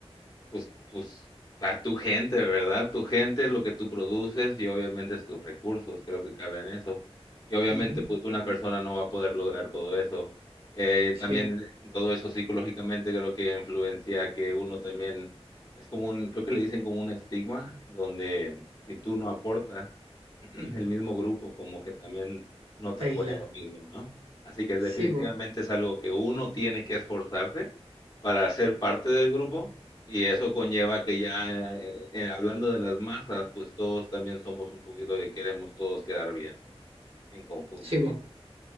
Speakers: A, on the left; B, on the right.
A: pues, pues, a tu gente, ¿verdad? Tu gente, lo que tú produces y obviamente es tus recursos, creo que cabe en eso. Y obviamente,
B: ujú.
A: pues, una persona no va a poder lograr todo eso. Eh,
B: Sí,
A: también todo eso psicológicamente creo que influencia que uno también, es como un, creo que le dicen como un estigma, donde si tú no aportas, <clears throat> el mismo grupo como que también no te
B: esta
A: apoya
B: isla.
A: lo mismo, ¿no? Así que definitivamente
B: Sí, po.
A: es algo que uno tiene que esforzarse para ser parte del grupo y eso conlleva que ya eh, eh, hablando de las masas, pues todos también somos un poquito que queremos todos quedar bien, ¿no? En conjunto,
B: Sí,
A: bien.
B: po.